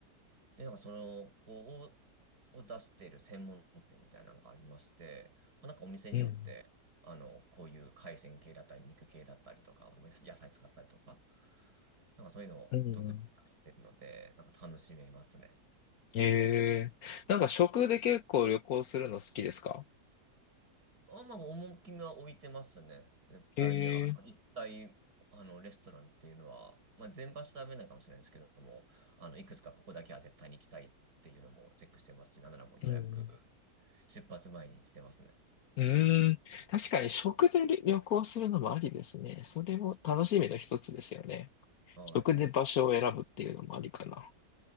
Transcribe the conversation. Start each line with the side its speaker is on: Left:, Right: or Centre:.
Right: で、なんかその、こう、をを出している専門店みたいなのがありまして、まあ、なんかお店によって、
Left: うん。
Right: あの、こういう海鮮系だったり、肉系だったりとか、野菜使ったりとか、なんかそういうのを独自に出してるので、
Left: うん。
Right: なんか楽しめますね。
Left: ええ。なんか食で結構旅行するの好きですか
Right: あ、まあ、趣が置いてますね。絶対に、
Left: ええ。
Right: あの、一体、あの、レストランっていうのは、まあ、全場所食べないかもしれないですけれども、あの、いくつかここだけは絶対に行きたいっていうのもチェックしてますし、なんならもう予約、
Left: うん。
Right: 出発前にしてますね。
Left: うーん。確かに食で旅旅行するのもありですね。それも楽しみの一つですよね。
Right: はい。
Left: 食で場所を選ぶっていうのもありかな。